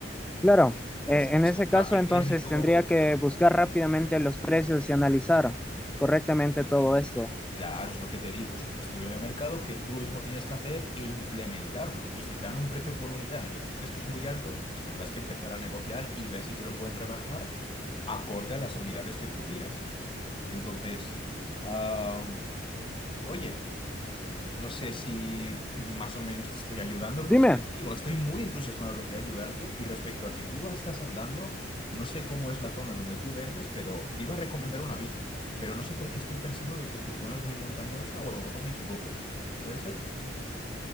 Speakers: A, in the centre; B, on the left (about 30°).
A: Claro, eh,
B: Pues
A: en
B: es
A: ese
B: un cambio
A: caso entonces
B: térmico,
A: tendría que
B: pues
A: buscar rápidamente los precios y analizar correctamente todo esto.
B: claro, es lo que te digo, es un estudio de mercado que tú mismo tienes que hacer e implementarlo. Y si te dan un precio por unidad y tú crees que es muy alto, pues tendrás que empezar a negociar y ver si te lo pueden rebajar acorde a las unidades que tú pidas. Entonces, ah, oye. No sé si <laughs> más o menos te estoy ayudando,
A: Dime,
B: porque ya te digo, estoy muy entusiasmado de querer ayudarte. Y respecto a que tú estás andando, no sé cómo es la zona en donde tú vendes, pero te iba a recomendar una bici. Pero no sé por qué estoy pensando de que tu zona es muy montañosa o a lo mejor me equivoco. ¿Puede ser?